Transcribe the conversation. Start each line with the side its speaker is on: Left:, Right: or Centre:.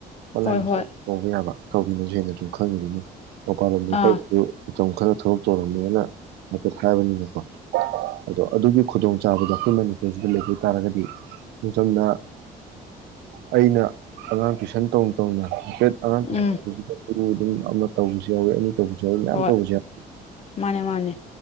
Right: ꯑꯣꯟꯂꯥꯏꯟꯗꯁꯨ
Left: ꯍꯣꯏ ꯍꯣꯏ
Right: ꯇꯧꯕ ꯌꯥꯕ ꯇꯧꯕꯤꯅꯁꯨ ꯍꯦꯟꯅ ꯑꯗꯨꯝ ꯈꯪꯉꯒꯅꯤ ꯑꯣ ꯀꯥꯟ
Left: ꯑꯥ
Right: ꯀ ꯃꯇꯝ ꯈꯔ ꯊꯕꯛ ꯇꯧꯔꯝꯃꯦꯅ ꯍꯥꯏꯐꯦꯠ ꯍꯥꯏꯕꯅꯤꯅꯀꯣ ꯑꯗꯣ ꯑꯗꯨꯒꯤ ꯈꯨꯗꯣꯡꯆꯥꯥꯕꯗꯣ ꯑꯩꯈꯣꯏ ꯃꯅꯤꯄꯨꯔꯁꯤꯗ ꯂꯩꯕ ꯇꯥꯔꯒꯗꯤ ꯁꯝ ꯁꯝꯅ ꯑꯩꯅ ꯑꯉꯥꯡ ꯇꯨꯏꯁꯟ ꯇꯧꯅ ꯇꯧꯅ ꯍꯥꯏꯐꯦꯠ ꯑꯥꯡꯁꯤꯁꯤꯗ
Left: ꯎꯝ
Right: ꯑꯗꯨ ꯑꯗꯨꯝ ꯑꯃ ꯇꯧꯕꯁꯨ ꯌꯥꯎꯋꯤ ꯑꯅꯤ ꯇꯧꯕꯁꯨ ꯌꯥꯎꯋꯤ ꯃꯌꯥꯝ
Left: ꯍꯣꯏ
Right: ꯇꯧꯕꯁꯨ ꯌꯥꯎ
Left: ꯃꯥꯅꯦ ꯃꯥꯅꯦ